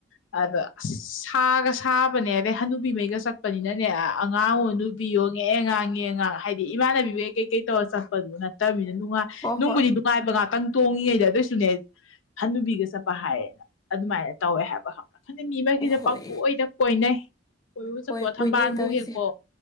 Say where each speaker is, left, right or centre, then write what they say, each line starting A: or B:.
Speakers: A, on the left (about 80°); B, on the left (about 20°).
A: ꯑꯗ ꯑꯁ ꯁꯥꯒ ꯁꯥꯕꯅꯦ ꯑꯗꯩ ꯍꯅꯨꯕꯤꯃꯩꯒ ꯆꯠꯄꯅꯤꯅꯅꯦ ꯑꯉꯥꯡ ꯑꯣ ꯅꯨꯕꯤꯌꯣ ꯉꯦ ꯉꯥ ꯉꯦ ꯉꯥ ꯍꯥꯏꯗꯤ ꯏꯃꯥꯟꯅꯕꯤꯃꯩ ꯀꯩꯀꯩ ꯇꯧꯔ ꯆꯠꯄꯗꯨ ꯅꯠꯇꯃꯤꯅ ꯅꯨꯉꯥꯏ
B: ꯑꯣ ꯍꯣꯏ
A: ꯅꯨꯡꯕꯨꯗꯤ ꯅꯨ ꯉꯥꯏꯕ ꯉꯥꯇꯪ ꯇꯣꯡꯉꯤꯉꯩꯗ ꯑꯗꯣꯏꯁꯨꯅꯦ ꯍꯅꯨꯕꯤꯒ ꯆꯞꯄ ꯍꯥꯏꯔꯦꯅ ꯑꯗꯨꯃꯥꯏ ꯇꯧꯋꯦ ꯍꯥꯏꯕ ꯈꯪꯕ꯭ꯔꯥ ꯈꯟꯗꯦ ꯃꯤ ꯃꯩꯁꯤꯅ
B: ꯍꯣꯏ ꯑꯣ ꯍꯣꯏ
A: ꯄꯪꯀꯣꯏꯗ ꯀꯣꯏꯅꯩ ꯀꯣꯏꯕꯕꯨ ꯆꯞꯄꯣ
B: ꯍꯣꯏ ꯀꯣꯏꯅꯩ
A: ꯊꯝꯕꯥꯟꯕꯨ
B: ꯇꯧꯔꯤꯁꯦ
A: ꯍꯦꯛꯄꯣ